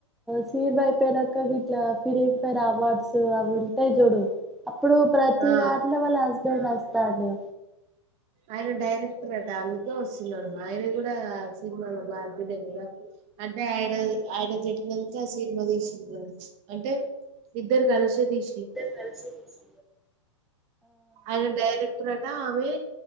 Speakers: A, in the centre; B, on the right.
A: సి బై పేర్ అక్క గిట్ల ఫిలిమ్ పేర్ అవార్డ్ <inaudible> అవార్డ్స్ అవి ఉంటయి చూడు అప్పుడు ప్రతి
B: ఆ
A: దాంట్లో వాళ్ళ హస్బెండ్ అస్తాండు
B: అయన డైరెక్టర్ అట అందుకే వస్తున్నడు అయన కూడ ఆ సినిమాలో బాధ్యుడే కద అంటే ఆయన ఆయన చెట్ మిగతా సినిమా తీసిండు కావచ్చు అంటె ఇద్దరు కలిసే తీస్
A: ఇద్దరు కలిసే తీసిం
B: ఆయన డైరెక్టర్ అట ఆమె